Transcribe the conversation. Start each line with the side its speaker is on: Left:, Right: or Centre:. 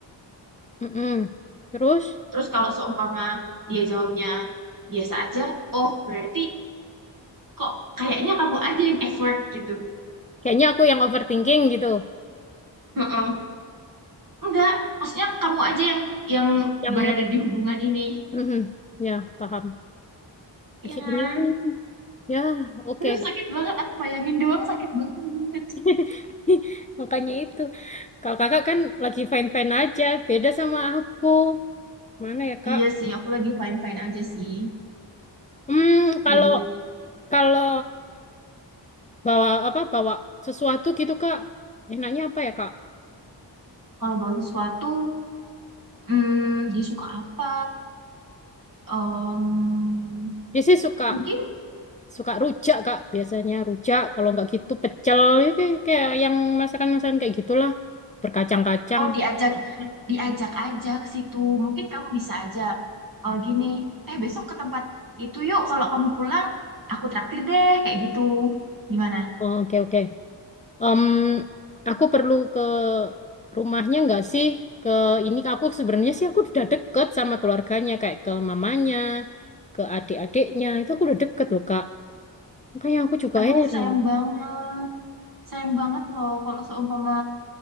Left: Mm-mm. Terus
Right: Terus kalau seumpama dia jawabnya biasa aja, oh berarti kok kayaknya kamu aja yang effort gitu.
Left: kayaknya aku yang overthinking gitu.
Right: Heeh. Enggak, maksudnya kamu aja yang yang
Left: Yang
Right: berada di hubungan ini.
Left: Mhm. ya paham.
Right: Iya
Left: Akhirnya
Right: kan?
Left: ya oke.
Right: Aduh sakit banget, aku bayangin doang sakit banget.
Left: <laughs> Makanya itu. Kalau kakak kan lagi fine-fine aja, beda sama aku. Mana ya, Kak?
Right: Iya sih, aku lagi fine-fine aja sih.
Left: Hmm, kalau
Right: Lagi
Left: kalau bawa apa bawa sesuatu gitu, Kak. Enaknya apa ya, Kak?
Right: kalau bawa sesuatu, hmm, dia suka apa? Em,
Left: Dia sih suka
Right: mungkin
Left: suka rujak, Kak. Biasanya rujak, kalau nggak gitu pecel Ya, kayak, kayak yang masakan-masakan kayak gitulah. Berkacang-kacang.
Right: mau diajak diajak aja ke situ. Mungkin kamu bisa aja oh gini, eh besok ke tempat itu yuk kalau kamu pulang aku traktir deh kayak gitu. Gimana?
Left: Oh, Oke, oke. Em, aku perlu ke rumahnya nggak sih? Ke ini aku sebenarnya sih aku udah deket sama keluarganya kayak ke mamanya, ke adik-adiknya. Itu aku udah deket loh, Kak. Makanya aku juga
Right: Aduh,
Left: heran.
Right: sayang banget. Sayang banget loh kalau seumpama